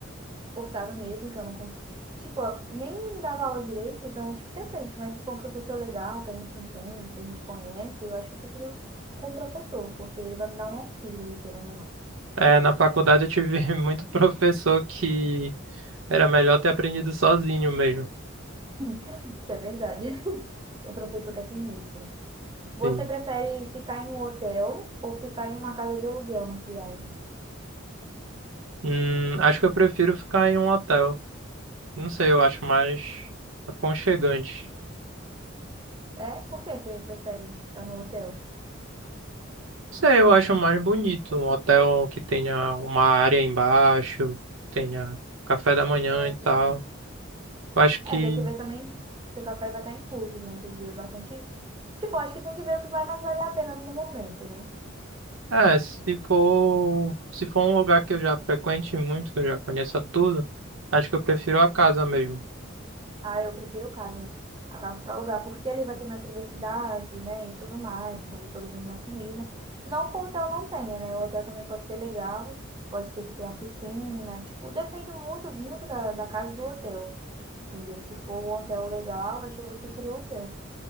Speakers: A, on the right; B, on the right.
A: suportava mesmo, que eu não conseguia. Tipo, eu nem dava aula direito, então, tipo, depende, mas se for um professor legal, que a gente entende, que a gente conhece, eu acho que eu prefiro com o professor, porque ele vai me dar um auxílio ali, pelo ou não.
B: É, na faculdade eu tive <laughs> muito professor que era melhor ter aprendido sozinho mesmo.
A: <laughs> Isso é verdade. <laughs> É professor que é sinistro. Você
B: Sim.
A: prefere ficar em um hotel ou ficar em uma casa de aluguel na viagem?
B: Hum, acho que eu prefiro ficar em um hotel. Não sei, eu acho mais aconchegante.
A: É? Por que você prefere ficar no hotel?
B: Não sei, eu acho mais bonito. Um hotel que tenha uma área embaixo, tenha café da manhã
A: Ah,
B: e
A: entendi.
B: tal. Eu acho que,
A: É, tem que ver também se o café vai estar incluso, né? Tem que ver bastante. Tipo, acho que tem que ver o que vai mais valer a pena no momento, né?
B: é, se for, se for um lugar que eu já frequente muito, que eu já conheça tudo, acho que eu prefiro a casa mesmo.
A: Ah, eu prefiro casa. A casa para alugar, porque ali vai ter minha privacidade, né? E tudo mais, tipo, vou poder fazer minha comida. Não que o hotel não tenha, né? O hotel também pode ser legal, pode ser que tenha piscina, tipo, depende muito, muito da, da casa do hotel, entendeu? Se for um hotel legal, acho que eu vou preferir o hotel,